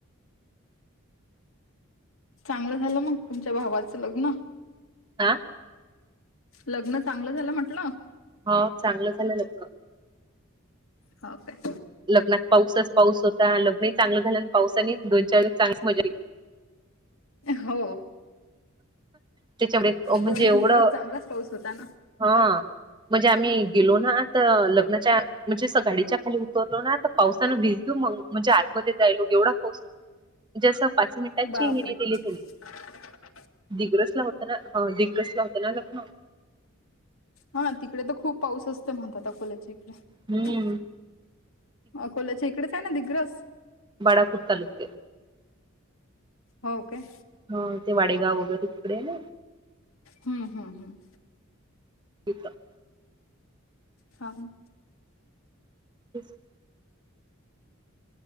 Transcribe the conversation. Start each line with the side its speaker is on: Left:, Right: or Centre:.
Left: चांगलं झालं मंग तुमच्या भावाचं लग्न?
Right: आ
Left: लग्न चांगलं झालं म्हंटलं.
Right: हो चांगलं झालं लग्न.
Left: हो काय.
Right: लग्नात पाऊसचं पाऊस होता, लग्नही चांगलं झालं आणि पावसाने दोन चार दिवस चांगलीच मजा केली.
Left: हो,
Right: त्याच्यामुळे म्हणजे
Left: दोन
Right: एवढं
Left: तीन दिवस चांगलाच पाऊस होता ना.
Right: हा म्हणजे आम्ही गेलो ना त लग्नाच्या म्हणजे असं गाडीच्या खाली उतरलो ना त पावसानं भिजलो मंग म्हणजे आतमध्ये जायलो एवढा पाऊस होता. म्हणजे असं पाच मिनिटांची
Left: बापरे
Right: हे नाय दिली त्यानी
Left: <inaudible>
Right: दिग्रस ला होतं ना ह दिगंस ला होतं ना लग्न.
Left: हा तिकडे त खूप पाऊस असतो म्हणतात अकोल्याच्या इकडे.
Right: हम्म
Left: अकोल्याच्या इकडेच हाय ना दिग्रस.
Right: बाडापूर तालुक्ये
Left: हो काय
Right: हा ते वाडेगाव वगैरे तिकडे हाय ना
Left: हम्म हम्म हम्म.
Right: तिथं.
Left: हां ना
Right: तेचं